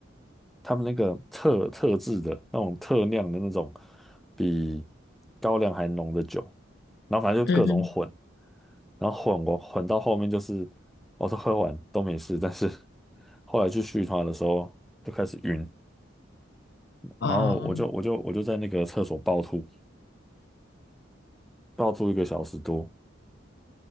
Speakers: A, in the centre; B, on the left (about 60°).
A: 他们那个特特制的那种特酿的那种比高粱还浓的酒，然后反正就各种混，
B: 嗯哼，
A: 然后混我混到后面就是我都喝完都没事，但是后来去续团的时候就开始晕，
B: 哦，
A: 然后我就我就我就在那个厕所暴吐，暴吐一个小时多，